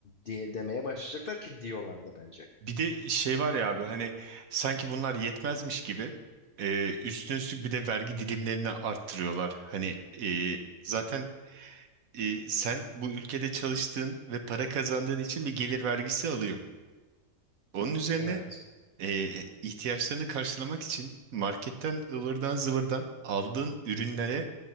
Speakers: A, on the left; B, on the right.
A: diye demeye başlayacaklar ki diyorlar da bence.
B: Bir de şey var ya abi hani sanki bunlar yetmezmiş gibi e, üstüne üstlük bir de vergi dilimlerini arttırıyorlar. Hani e, zaten e, sen bu ülkede çalıştığın ve para kazandığın için bir gelir vergisi alıyor. Onun üzerine
A: Evet.
B: e, ihtiyaçlarını karşılamak için marketten ıvırdan zıvırdan aldığın ürünlere